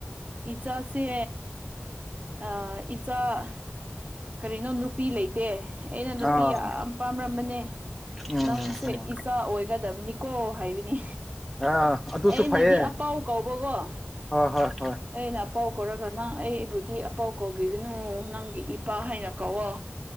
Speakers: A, on the right (about 35°); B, in the centre.
A: ꯏꯆꯥꯁꯦ ꯑ ꯏꯆꯥ ꯀꯔꯤꯅꯣ ꯅꯨ ꯅꯨꯄꯤ ꯂꯩꯇꯦ ꯑꯩꯅ ꯅꯨꯄꯤ
B: ꯑꯥ
A: ꯌꯥꯝ ꯄꯥꯝꯔꯝꯕꯅꯦ
B: ꯎꯝ
A: ꯅꯪꯁꯦ
B: ꯎꯝ
A: ꯏꯆꯥ ꯑꯣꯏꯒꯗꯕꯅꯤꯀꯣ ꯍꯥꯏꯕꯅꯤ
B: ꯑꯥ ꯑꯗꯨꯁꯨ
A: ꯑꯩꯅꯗꯤ
B: ꯐꯩꯌꯦ
A: ꯑꯄꯥꯎ ꯀꯧꯕꯀꯣ
B: ꯍꯣꯏ ꯍꯣꯏ ꯍꯣꯏ
A: ꯑꯩꯅ ꯄꯥꯎ ꯀꯧꯔꯒ ꯅꯪ ꯑꯩ ꯑꯩꯕꯨꯗꯤ ꯏ ꯑꯄꯥꯎ ꯀꯧꯕꯤꯒꯅꯨ ꯅꯪꯒꯤ ꯏꯄꯥ ꯍꯥꯏꯅ ꯀꯧꯋꯣ